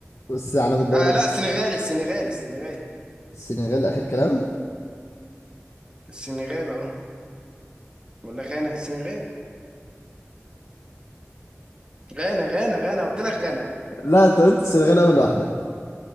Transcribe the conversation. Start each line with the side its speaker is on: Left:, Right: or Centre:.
Left: بص علم الدولة
Right: آه لا السنغال السنغال السنغال
Left: السنغال آخر كلام
Right: السنغال اه ولا غانا السنغال غانا غانا غانا قلت لك غانا
Left: لا أنت قلت السنغال أول واحدة